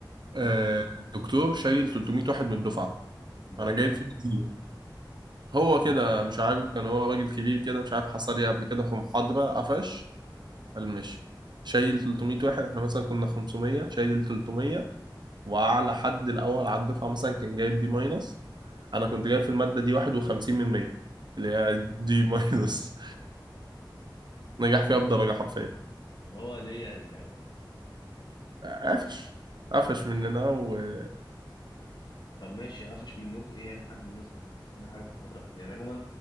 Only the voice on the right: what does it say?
آه،
الدكتور شايل 300 واحد من الدفعة
أنا
جايب
فيه كتير هو كده مش عارف كان هو راجل كبير كده مش عارف حصل إيه قبل كده في محاضرة قفش قال ماشي شايل 300 واحد احنا مثلا كنا 500 شايل 300 واعلى حد الاول على الدفعه مثلا كان جايب بي ماينس انا كنت جايب في الماده دي 51 من 100 اللي هي دي ماينس <laughs> نجح فيها بدرجه حرفيا
قفش قفش مننا وقوي